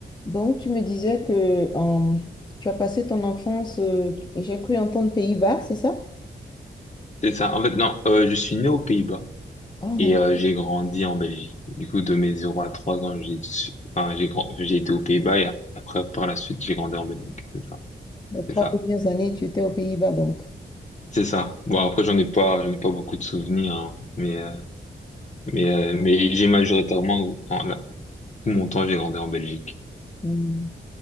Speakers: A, on the left (about 25°); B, on the left (about 40°).
A: Donc, tu me disais que euh, tu as passé ton enfance, euh, tu- j'ai cru entendre Pays-Bas, c'est ça?
B: C'est ça. En fait, non, euh, je suis né aux Pays-Bas
A: Ah,
B: et
A: d'accord.
B: euh, j'ai grandi en Belgique. Du coup, de mes zéro à 3 ans, j'ai su- enfin, j'ai grand... j'ai été aux Pays-Bas et après, par la suite, j'ai grandi en Belgique. C'est ça.
A: Les trois
B: C'est ça.
A: premières années, tu étais aux Pays-Bas, donc.
B: C'est ça. Bon, après, j'en ai pas, j'en ai pas beaucoup de souvenirs, hein, mais, euh, mais, euh, mais j'ai majoritairement, enfin, là, tout mon temps, j'ai grandi en Belgique.
A: Hmm.